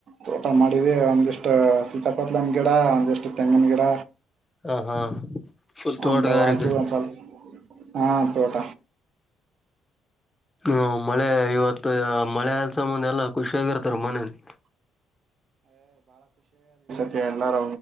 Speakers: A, on the right (about 55°); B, on the left (about 15°).
A: ತೋಟ ಮಾಡಿವವಿ ಒಂದಿಷ್ಟು ಸೀತಾಪತ್ಲನ್ ಗಿಡ ಒಂದಿಷ್ಟು ತೆಂಗಿನ ಗಿಡ.
B: ಹ ಹಾ ಫುಲ್ ತೋಟಗಾರಿಕೆ.
A: ಅಂತ ಹಾಕಿವಿ ಒಂದ್ ಸ್ವಲ್ಪ ಹಾ ತೋಟ.
B: ಹ್ಮ ಮಳೆ ಇವತ್ತು ಮಳೆಸಬಂದ ಎಲ್ಲ ಖುಷಿಯಾಗಿರ್ತಾರೆ ಮನೆಲ್ಲಿ.
A: <unintelligible> ಮತ್ತೆ ಎಲ್ಲಾರ